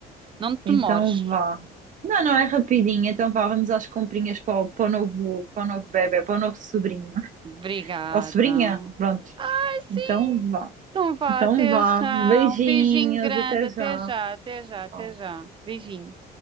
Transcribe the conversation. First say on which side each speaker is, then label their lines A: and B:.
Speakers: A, on the right (about 30°); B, on the right (about 50°).
A: Não te
B: Então
A: demores.
B: vá. Não, não, é rapidinho. Então vá, vamos às comprinhas para o, para o novo, para o novo bebé, para o novo sobrinho.
A: Obrigada.
B: Ou sobrinha, pronto.
A: Ai, sim,
B: Então vá.
A: Então vá,
B: Então
A: até
B: vá.
A: já.
B: Beijinhos,
A: Um beijinho grande,
B: até
A: até
B: já.
A: já, até já, até
B: Tchau.
A: já. Beijinho.